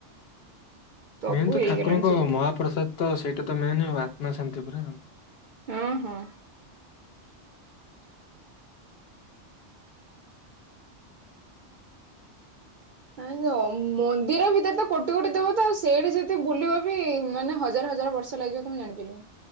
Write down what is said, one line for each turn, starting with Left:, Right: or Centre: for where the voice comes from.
Right: ସବୁ
Left: ମେନ୍ ତ
Right: ହେଇଗଲାଣି
Left: ଠାକୁରଙ୍କ
Right: ସୁବିଧା
Left: ମହାପ୍ରସାଦ ତ ସେଇଟା ତ ମେନ୍ ଆଉ ଆତ୍ମା ଶାନ୍ତି ପୁରା ଆଉ।
Right: ଅଁ ହଁ। ଏଇଁ ଜୋଁ ମନ୍ଦିର ଭିତେରେ ତ କୋଟି କୋଟି ଦେବତା ଆଉ ସ୍ ସେଇଠି ଯେତେ ବୁଲିବ ବି ମାନେ ହଜାର୍ ହଜାର୍ ବର୍ଷ ଲାଗିବ ତମେ ଜାଣିପାରିବନି।